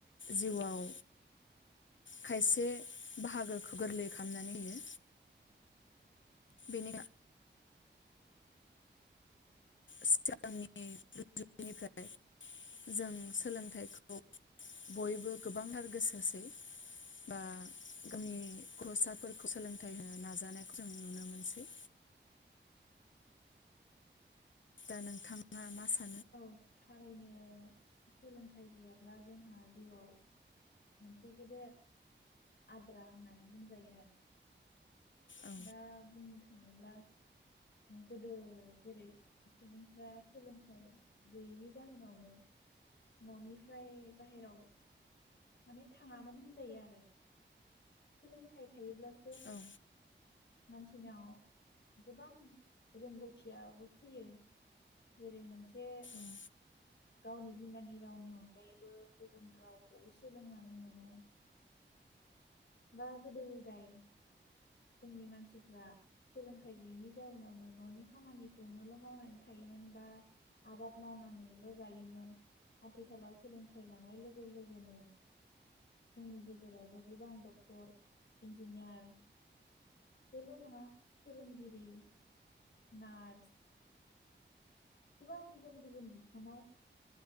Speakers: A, on the left; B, on the left.
A: जिउआव खायसे बाहागोखौ गोरलै खालामनानै होयो। बिनि सिगांनिफ्राय जों सोलोंथाइखौ बयबो गोबांथार गोसो होसै बा गावनि गथ'साफोरखौ सोलोंथाइ होनो नाजानायखौ जों नुनो मोनसै। दा नोंथाङा मा सानो?
B: औ थारैनो सोलोंथाइ गैयाब्ला जोंहा जिउआव मोनसे गेदेर आद्रा होननानै बुंजायो आरो।
A: औ
B: दा बुं थाङोब्ला गोदो जेरै सुबुंफ्रा सोलोंथाइ गैयैनि जाहोनावनो न'निफ्राय बाहेराव माने थाङामोन होनजायो आरो सोलोंथाइ थायोब्लासो
A: औ
B: मानसिनाव गोबां रोंगौथियाबो फैयो जेरै मोनसे
A: औ
B: गावनि बिमानि रावनि अनगायैबो गुबुन रावखौ सोलोंनानै मोनो। बा गोदो गोदाय जोंनि मानसिफ्रा सोलोंथाइ गैयैनि जाउनावनो न'नि खामानिखौनोल' मावनानै थायोमोन बा आबाद मावनानैल' जायोमोन आथिखालाव सोलोंथाइ लानाय लोगो लोगोनो जोंनि गेजेरावबो गोबां दख डक्टर इन्जिनियार बेल नङा फोरोंगिरि नार्स गोबां गुबुन गुबुन बिफानाव